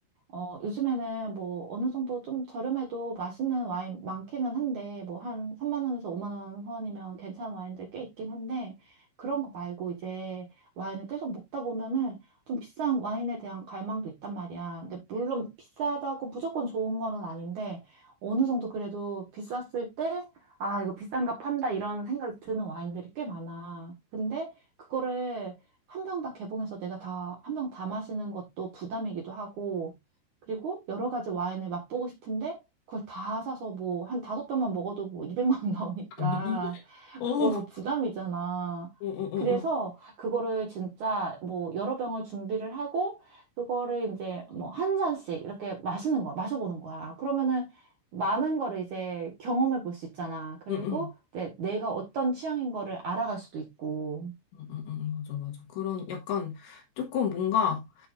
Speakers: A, on the right; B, on the left.
A: 어, 요즘에는 뭐 어느 정도 좀 저렴해도 맛있는 와인 많기는 한데 뭐 한 3만 원에서 5만 원 선이면 괜찮은 와인들 꽤 있긴 한데 그런 거 말고 이제 와인을 계속 먹다 보면은 좀 비싼 와인에 대한 갈망도 있단 말이야. 근데 물론 비싸다고 무조건 좋은 거는 아닌데 어느 정도 그래도 비쌌을 때 아, 이거 비싼가 판다 이런 생각이 드는 와인들이 꽤 많아. 근데 그거를 한 병 다 개봉해서 내가 다, 한 병 다 마시는 것도 부담이기도 하고, 그리고 여러 가지 와인을 맛보고 싶은데 그걸 다 사서 뭐 한 다섯 병만 먹어도 뭐 200만 원 나오니까
B: 않아?
A: <laughs>
B: 어, 어,
A: 어 부담이잖아.
B: 어, 어,
A: 그래서
B: 어.
A: 그거를 진짜 뭐 여러 병을 준비를 하고 그거를 이제 뭐 한 잔씩 이렇게 마시는 거야. 마셔보는 거야. 그러면은 많은 거를 이제 경험해 볼 수 있잖아. 그리고
B: 응, 응.
A: 이제 내가 어떤 취향인 거를 알아갈 수도 있고.
B: 응, 응, 응, 맞아, 맞아. 그런 약간 조금 뭔가